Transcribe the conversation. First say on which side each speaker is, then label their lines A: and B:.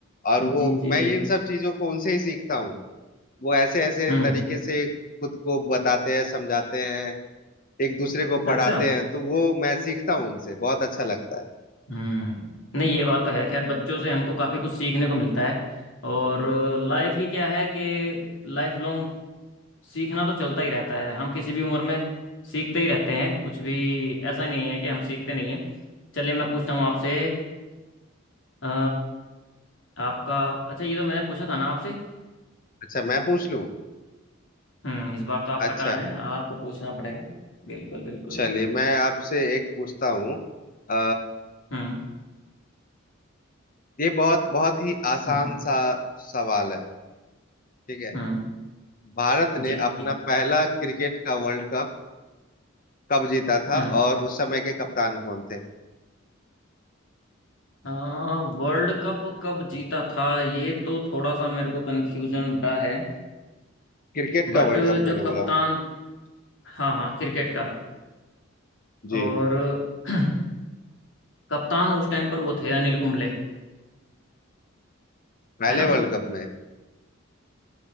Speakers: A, on the left (about 45°); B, on the left (about 65°).
A: और वो
B: जी जी
A: मैं ये
B: जी
A: इन सब चीजों को उनसे ही सीखता हूँ वो ऐसे ऐसे
B: हम्म
A: तरीके से खुद को बताते हैं समझाते हैं एक दूसरे को
B: अच्छा
A: पढ़ाते हैं तो वो मैं सीखता हूँ उनसे बहुत अच्छा लगता है
B: हम्म नहीं ये बात तो है खैर बच्चों से हमको काफ़ी कुछ सीखने को मिलता है और लाइफ ही क्या है कि लाइफ लॉन्ग सीखना तो चलता ही रहता है हम किसी भी उम्र में सीखते ही रहते हैं कुछ भी ऐसा नहीं है कि हम सीखते नहीं हैं चलिए मैं पूछता हूँ आपसे अ, आपका अच्छा ये तो मैंने पूछा था ना आपसे
A: अच्छा मैं पूछ लूँ
B: हम्म इस बार तो आपका
A: अच्छा
B: टर्न है आपको पूछना पड़ेगा बिल्कुल बिल्कुल
A: चलिए मैं आपसे एक पूछता हूँ अ,
B: हम्म
A: ये बहुत बहुत ही आसान
B: हम्म
A: सा सवाल है ठीक है
B: हम्म
A: भारत
B: जी
A: ने अपना
B: जी,
A: पहला क्रिकेट का वर्ल्ड कप कब जीता था
B: हम्म
A: और उस समय के कप्तान कौन थे
B: हाँ, वर्ल्ड कप कब जीता था ये तो थोड़ा सा मेरे को कंफ्यूजन भरा है
A: क्रिकेट
B: बट
A: का वर्ल्ड कप मैंने
B: जो कप्तान
A: बोला
B: हाँ हाँ क्रिकेट का
A: जी
B: और <clears throat> कप्तान उस टाइम पर वो थे अनिल कुंबले
A: पहले
B: है ना
A: वर्ल्ड कप में